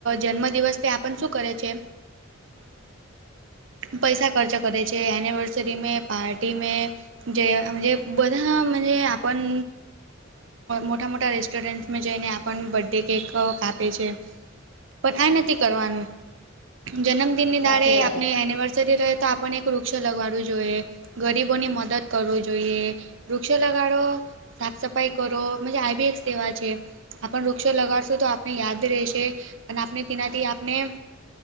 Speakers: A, on the right; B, on the left.
A: જન્મદિવસ તે આપણને શું કરે છે પૈસા ખર્ચા કરે છે એનિવર્સરીમે પાર્ટીમે જે બધાજ આપણ મોટા મોટા રેસ્ટોરન્ટસમાં જઈને બર્થડે કેક કાપે છે પણ આ નથી કરવાનું જન્મ દિનની
B: સાચી
A: દાળે
B: વાત
A: આપની
B: છે
A: એનિવર્સરી રહે તો આપણે એક વૃક્ષ લગાડવું જોઈએ ગરીબોની મદદ કરવું જોઈએ વૃક્ષો લગાડો સાફ સફાઈ કરોજ આ બી એક સેવા છે. આપણે વૃક્ષો લગાડશું તો આપને યાદ રહેશે અને આપણે તેનાથી આપને.